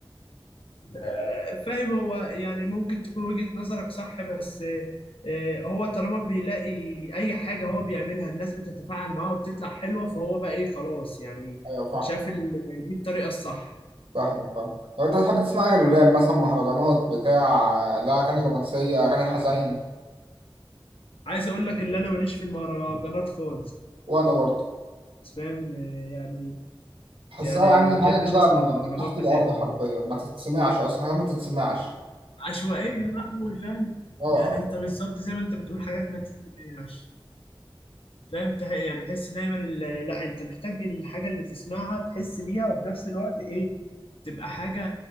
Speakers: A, on the left; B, on the right.
A: آه، فاهم هو يعني ممكن تكون وجهة نظرك صح بس آه، هو طالما بيلاقي اي حاجة هو بيعملها الناس بتتفاعل معاه وبتطلع حلوة فهو بقى ايه خلاص يعني
B: أيوة فاهم
A: شاف ال- دي الطريقة الصح
B: فاهمك فاهم طب انت بتحب تسمع غير الراب مثلا مهرجانات بتاع لا اغاني رومانسيه اغاني حزيني
A: عايز اقول لك ان انا ماليش في المهرجانات خالص
B: وانا برضه
A: فاهم آه، يعني
B: بحسها
A: يعني
B: يعني
A: ما بحبش
B: حاجه كده
A: اسمع
B: من
A: مهرجانات
B: من تحت
A: بتاتا
B: الارض حرفيا ما تتسمعش اصلا حاجه ما تتسمعش
A: عشوائية بقى قوي فاهم
B: اه
A: يعني انت بالظبط زي ما انت بتقول حاجات ما تتسمعش فاهم تح- يعني بحس دايما ال- لا انت محتاج الحاجه اللي تسمعها تحس بيها وفي نفس الوقت ايه تبقى حاجه